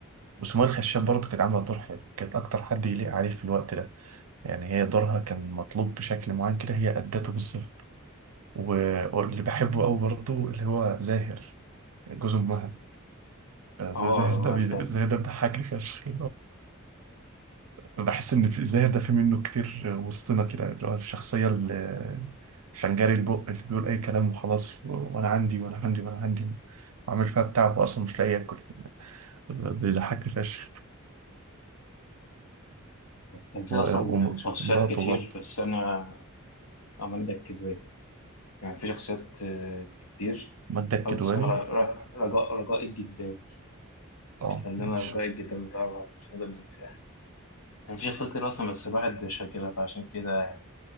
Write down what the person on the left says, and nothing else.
أه
هو
التاني
كان في
أصلا
شخصيات
كتير
بس أنا أمجد الكدواني كان في شخصيات آه، كتير
قصدي اسمها ر- ر- رجاء رجاء الجداوي
الفنانة
رجاء الجداوي طبعا مش هنقدر ننساها كان في شخصيات كتير أصلا بس الواحد مش فاكرها فعشان كده